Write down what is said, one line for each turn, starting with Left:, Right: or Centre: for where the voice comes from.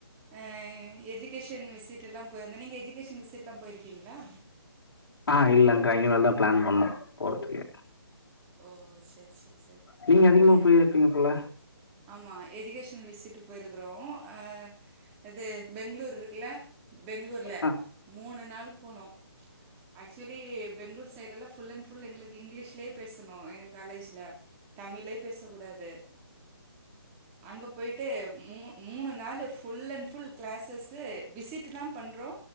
Right: அஹ் எஜுகேஷன் விசிடெல்லா போயிருந்தோ நீங்க எஜூகேஷன் விசிட்லா போயிருக்கீங்ளா
Left: ஆ இல்லங்க்கா இனிமேல் தா பிளான் பண்ணு போறதுக்கு
Right: ஓ செரி செரி செரி
Left: நீங்க அதிகமா
Right: அ
Left: போய் இருப்பீங்க போல
Right: ஆமா எஜுகேஷன் விசிட்டு போயிருக்குறோ ஆஹ் அது பெங்ளூரு இருக்குல பெங்ளூர்ல
Left: ஆ,
Right: மூணு நாள் போனோ ஆக் ஆக்சுவலி பெங்களூர் சைடெல்லா ஃபுல் அண்ட் ஃபுல் எங்களுக்கு இங்கிலீஷ்லயே பேசணு எங்க காலேஜ்ல தமிழ்ழயே பேச கூடாது அங்க போயிட்டு மூ மூணு நாளு ஃபுல் அண்ட் ஃபுல் கிளாஸஸ் விசிட்தா பண்றோ